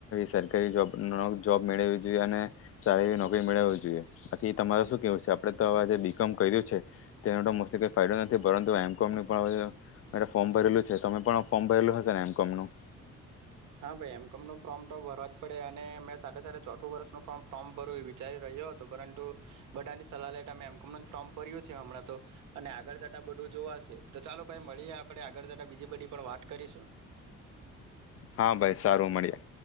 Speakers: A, on the left; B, on the right.
A: સરકારી જોબ ન જોબ મેળવી જોઈએ અને સારી એવી નોકરી મેળવવી જોઈએ. આથી તમારે શું કેહવું છે? આપણે તો આવે જે બી કોમ કર્યું છે. તેનું તો મોસ્ટલી ફાયદો નથી પરંતુ એમ કોમ પણ અવેતો મેંતો ફોર્મ ભરેલું છે તમે પણ ફોર્મ ભરેલું હશે ને એમ કોમનું?
B: હા ભાઈ એમ કોમ નું ફોર્મ તો ભરવા જ પડે અને મેં સાથે સાથે ચોથું વર્ષનું ફોર્મ ભરૂ એવું વિચારી રહ્યો હતું પરંતુ બધાની સલાહ લેતા એમ કોમનું જ ફોર્મ ભર્યું છે અમણાં તો. અને આગળ જતાં બધું જ જોવાશે તો ચાલો ભાઈ મળીએ આપણે આગળ જતા બીજી બધી પણ વાત કરીશું.
A: હા ભાઈ સારું મળીએ.